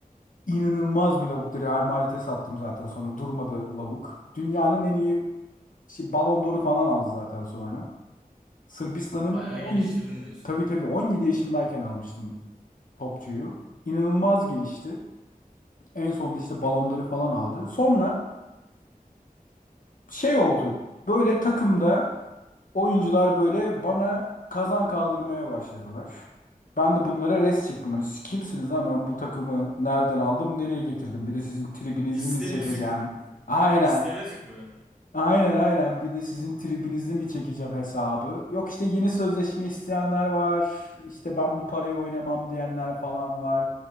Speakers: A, on the left; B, in the centre.
A: inanılmaz bir lavuktu. Real Madrid'e sattım zaten sonra durmadı lavuk. Dünyanın en iyi şey, Ballon d'Or'u falan aldı zaten sonra. Sırbistan'ın
B: Bayağı
A: 17
B: geliştirdim diyorsun.
A: tabii tabii 17 yaşındayken almıştım topçuyu. İnanılmaz gelişti. En sonunda işte Ballon d'Or'u falan aldı. Sonra şey oldu. Böyle takımda Oyuncular böyle bana kazan kaldırmaya başladılar. Ben de bunlara res çektim. Hani siz kimsiniz ha ben bu takımı nereden aldım nereye getirdim? Bir de sizin tribinizi
B: İstemezük.
A: mi çekeceğim? Aynen.
B: İstemezük mü?
A: Aynen aynen. Bir de sizin tribinizi mi çekeceğim hesabı? Yok işte yeni sözleşme isteyenler var. İşte ben bu parayı oynamam diyenler falan var.